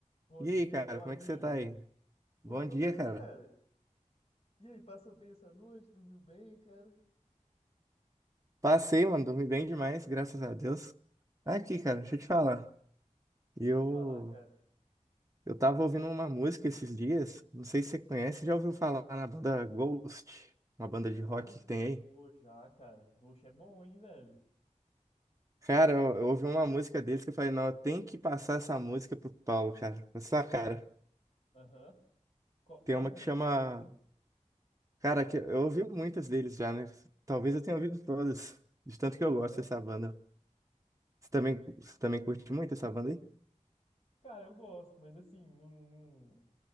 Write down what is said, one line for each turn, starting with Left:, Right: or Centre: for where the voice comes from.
Left: Bom
Right: E
Left: dia,
Right: aí, cara,
Left: meu
Right: como
Left: amigo.
Right: é que você tá aí?
Left: Pô,
Right: Bom
Left: tô
Right: dia,
Left: bem,
Right: cara.
Left: cara. E aí, passou bem essa noite? Dormiu bem, cara?
Right: Passei, mano, dormi bem demais, graças a Deus. Tá Aqui,
Left: Ah,
Right: cara, deixa eu te falar. Eu
Left: pode falar, cara.
Right: eu tava ouvindo uma música esses dias, não sei se você conhece, já ouviu falar na banda Ghost, uma banda de rock
Left: Ghost?
Right: que tem aí?
Left: Pô, já, cara. Ghost é bom, hein, velho?
Right: Cara, eu, eu ouvi uma música deles que eu falei, não, eu tenho que passar essa música pro Paulo, cara. Essa cara.
Left: Ah, Aham. Qual,
Right: Tem
Left: qual
Right: uma
Left: música
Right: que chama,
Left: que você ouviu?
Right: cara, que eu ouvi muitas deles já, né? Talvez eu tenha ouvido todas, de tanto que eu
Left: Aham.
Right: gosto dessa banda. Você também, você também curte muito essa banda aí?
Left: Cara, eu gosto, mas assim, não, não,